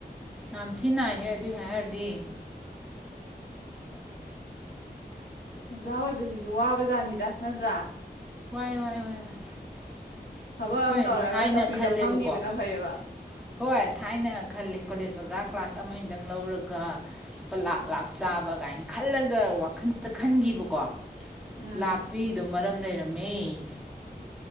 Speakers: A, in the centre; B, on the left.
A: ꯌꯥꯝ ꯊꯤ ꯅꯥꯏꯍꯦ ꯑꯗꯨꯏ ꯍꯥꯏꯔꯨꯔꯗꯤ
B: ꯑꯣꯖꯥ ꯑꯣꯏꯕꯁꯤꯁꯨ ꯋꯥꯕꯖꯥꯠꯅꯤꯗ ꯅꯠꯇ꯭ꯔꯥ
A: ꯋꯥꯏ ꯋꯥꯏ ꯋꯥꯏ ꯋꯥꯏ ꯑꯩꯈꯣꯏꯅꯗꯤ
B: ꯊꯕꯛ ꯑꯃ ꯇꯧꯔꯒ
A: ꯊꯥꯏꯅ
B: ꯆꯧꯀ꯭ꯔꯤꯗ
A: ꯈꯜꯂꯦꯕꯀꯣ
B: ꯐꯝꯈꯤꯕꯅ
A: ꯑꯁ
B: ꯐꯩꯌꯦꯕ
A: ꯍꯣꯏ ꯊꯥꯏꯅ ꯈꯜꯂꯦ ꯀꯣꯂꯦꯖ ꯑꯣꯖꯥ ꯀ꯭ꯂꯥꯁ ꯑꯃꯅꯤꯗꯪ ꯂꯧꯔꯒ ꯂꯨꯄꯥ ꯂꯥꯛ ꯂꯥꯛ ꯆꯥꯕ ꯒꯥꯏꯅ ꯈꯜꯂꯒ ꯋꯥꯈꯞꯗ ꯈꯟꯈꯤꯕꯀꯣ
B: ꯎꯝ
A: ꯂꯥꯛꯄꯤꯗꯣ ꯃꯔꯝ ꯂꯩꯔ ꯃꯦ